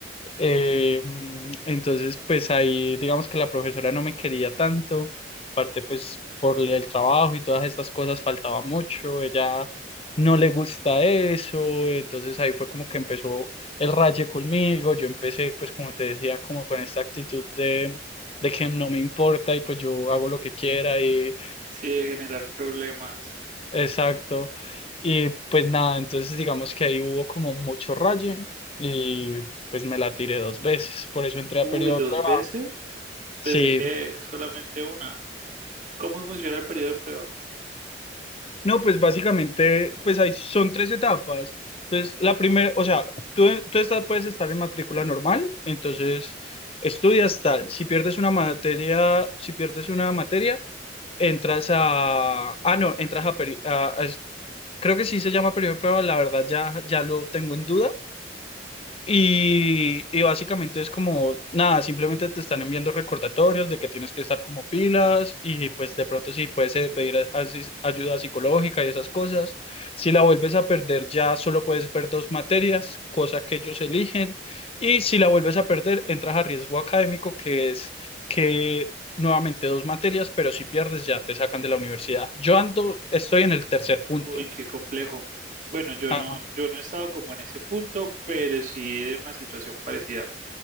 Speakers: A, on the left; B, on the right.
A: Eh, mm, entonces, pues ahí digamos que la profesora no me quería tanto, aparte pues por el trabajo y todas estas cosas faltaba mucho, ella no le gusta eso, entonces ahí fue como que empezó el raye conmigo, yo empecé pues como te decía, como con esta actitud de, de que no me importa y pues yo hago lo que quiera y,
B: sí, de generar problemas.
A: Exacto. Y pues nada, entonces digamos que ahí hubo como mucho raye y pues me la tiré dos veces, por eso entré
B: Uy,
A: a periodo
B: dos
A: de prueba.
B: veces.
A: Sí,
B: Pensé que solamente una. ¿Cómo funciona el periodo de prueba?
A: no, pues básicamente pues ahí son tres etapas. Entonces la primera, o sea, tú, tú estás, puedes estar en matrícula normal, entonces estudias tal, si pierdes una materia, si pierdes una materia, entras a, ah no, entras a, peri- a- a- es- creo que sí se llama periodo de prueba, la verdad ya, ya lo tengo en duda Y, y básicamente es como, nada, simplemente te están enviando recordatorios de que tienes que estar como pilas y pues de pronto sí puedes eh, pedir a- asis- ayuda psicológica y esas cosas. Si la vuelves a perder ya solo puedes ver dos materias, cosa que ellos eligen. Y si la vuelves a perder, entras a riesgo académico, que es que nuevamente dos materias, pero si pierdes ya te sacan de la universidad. Yo ando, estoy en el tercer punto.
B: Uy, qué complejo. Bueno, yo
A: Ajá.
B: no, yo no he estado como en ese punto, pero sí en una situación parecida.